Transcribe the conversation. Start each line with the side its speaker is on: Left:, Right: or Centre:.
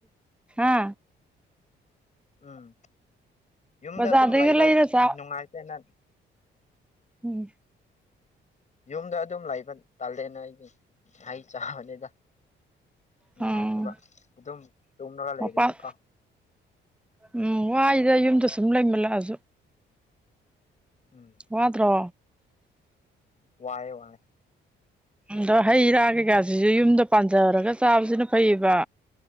Centre: ꯍꯥ
Left: ꯎꯝ ꯌꯨꯝꯗ
Centre: ꯕꯖꯥꯔꯗꯩꯒ
Left: ꯑꯗꯨꯝ ꯂꯩꯕ
Centre: ꯂꯩꯔ ꯆꯥ
Left: ꯅꯨꯡꯉꯥꯏꯇꯦꯅ
Centre: ꯎꯝ
Left: ꯌꯨꯝꯗ ꯑꯗꯨꯝ ꯂꯩꯕ ꯇꯥꯜꯂꯦꯅ ꯑꯩꯗꯤ ꯍꯩ ꯆꯥꯕꯅꯤꯗ ꯅꯨꯡꯉꯥꯏꯇꯕ
Centre: ꯎꯝ
Left: ꯑꯗꯨꯝ ꯇꯨꯝꯂꯒ ꯂꯩꯔꯗꯤꯀꯣ
Centre: ꯃꯄꯥꯟ ꯎꯝ ꯋꯥꯏꯗ ꯌꯨꯝꯗ ꯁꯨꯝ ꯂꯩꯃꯜꯂꯛꯑꯁꯨ
Left: ꯎꯝ
Centre: ꯋꯥꯗ꯭ꯔꯣ
Left: ꯋꯥꯑꯦ ꯋꯥꯑꯦ
Centre: ꯑꯗꯣ ꯍꯩꯔꯥ ꯀꯩꯀꯥꯁꯤꯁꯨ ꯌꯨꯝꯗ ꯄꯥꯟꯖꯔꯒ ꯆꯥꯕꯁꯤꯅ ꯐꯩꯌꯦꯕ